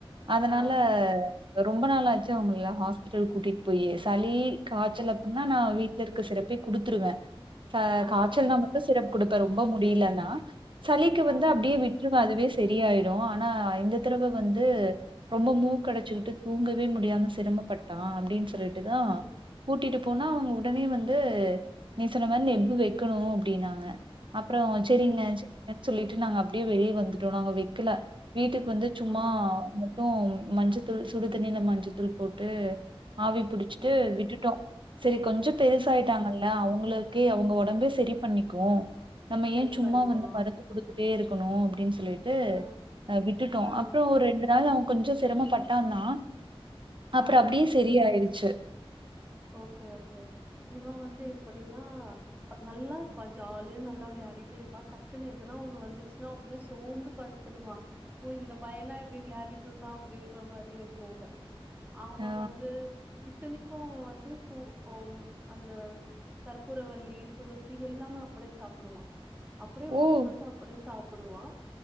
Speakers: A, on the right; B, on the right.
A: அதனால
B: ஆ
A: ரொம்ப நாளாச்சு தூங்கலையா ஹாஸ் பிட்டல் கூட்டிட்டு போயி சளி காச்சல் அப்டின்னா நா வீட்ல இருக்க சிறப்பே குடுத்துருவே ச
B: ஆ
A: காச்சல்னா மட்டு சிரப்பு குடுக்க ரொம்ப முடியலனா சலிக்கு வந்து
B: ஆ
A: அப்படியே விட்டுருவாறு வேஸ் செரியாயிடு ஆனா ரெண்டு தரவ
B: ம்
A: வந்து ரொம்ப மூக்கடச்சுகிட்டு தூங்கவே முடியாம சிரம பட் டா அப்டின் சொல்லிட்டுதா
B: ம்
A: கூட்டிட் போனா அவுங்க உடனே வந்து நேத்து சொன்ன மாரி நிப்பு வெக்கணு அப்படின்னாங்க அப்புறோ
B: ம்
A: செரிங்க செரிங்க சொல்லிட்டு நாங்க அப்படியே வெளியே வந்துட்டோகில நாங்க வெக்கில வீட்டுக்கு வந்து சும்மா
B: ஆ
A: ைஆ <unintelligible> மஞ்சத்தூள் சுடு தண்ணில மஞ்சத்தூள் போட்டு ஆவி புடுச்சிட்டு
B: ம்
A: விட்டுட்டோ சேரி கொஞ்சோ பெருசாயிட்டாங்கல்ல
B: ம்
A: அவுங்ளு கே அவுங்க ஒடம்பே செரி பண்ணிக்கு நம்ம
B: சரி
A: ஏ சும்மா
B: பண்ணிக்கோ
A: வந்து மருந்து குடுத்துட்டே இருக்கணு அப்டின்னு சொல்லிட் டு
B: ஆ
A: விட்டுட்டோ
B: ஆ
A: அப்பறோ ஒரு ரெண்டு நாள் அவெ கொஞ்சோ சிரமம்பட்டா தா அப்றோ
B: ஆ
A: அப்டியே செரியாயிடுச்சு
B: ஓகே ஓகே இவ வந்து எப்படின்னா நல்லா இருப்பா ஜாலியா நல்லா விளையாடிட்டே இருப்பா டக்குன்னு எதுனா ஒண்ணு வந்துச்சுன்னா அப்டியே சோந்து படுத்துருவா ஓ இந்த பையனா இப்டி விளாடிட்டு இருந்தா அப்டின்ற மாரி இருக்குங்க அவெ
A: ஆ
B: வந்து இத்தனைக்கு அவங்க வந் இது தூ ம் அந்த கற்பூரவல்லி துளசி எல்லாமே அப்டியே சாப்டுவா அப்டியே வாஷ்
A: ஓ
B: பண்ணிட்டு அப்டியே சாப்டுவா